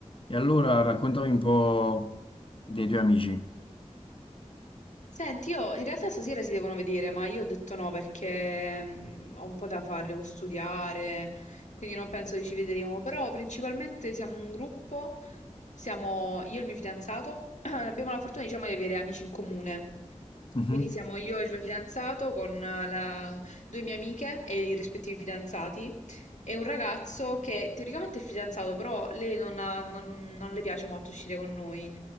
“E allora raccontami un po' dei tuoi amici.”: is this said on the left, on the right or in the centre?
Left